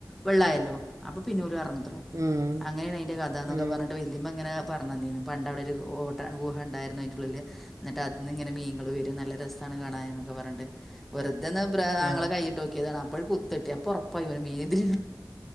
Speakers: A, in the centre; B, on the right.
A: വെള്ളായല്ലോ അപ്പൊ പിന്നെ പോല ഇറങ്ങൂത്രേ
B: ഉം
A: അങ്ങനെയാണ് അതിറെ കഥാന്നൊക്കെ
B: ഉം
A: പറഞ്ഞിട്ട് വ അതിമ ഇങ്ങനെ പറഞ്ഞു തന്നീന് പണ്ട് അവിടെ ഒരു ഓട്ട ഗുഹ ഉണ്ടായിരുന്നു അതിനട്ടുള്ള വലിയ എന്നിട്ട് അതി നിന്ന് ഇങ്ങനെ മീനൾ വരും നല്ല രസമാണ് കാണാ എന്നൊക്കെ പറഞ്ഞിട് വെറുതന്നൊങ്ങളെ
B: ആഹ്
A: കൈ ഇട്ട്നോക്കിയതാണ് അപ്പോഴ കുത്തിട്ടിത അപ്പ ഉറപ്പായി മീന ഇതി